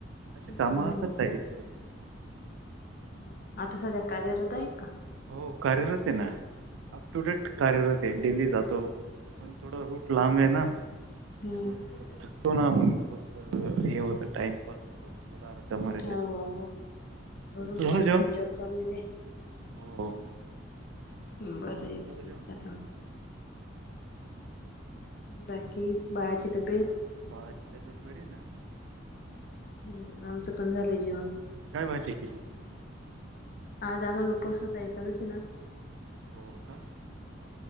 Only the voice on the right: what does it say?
अशी
काम असतात काही थोडेे थोडे.
हो कार्यरत आहे ना, अप टू डेट कार्यरत आहे. डेली जातो. पण थोडं रूट लांब आहे ना,
त्यामुळे थोडा थक तो ना मग पुरत हे होत, टाइमपास होतं. <unintelligible>
तुमचं झालं
जेवण
हो.
तुमचं
झालं जेवण
भावाची तब्येत बरी नाय.
काय भाजी केली होती ती.
हो का.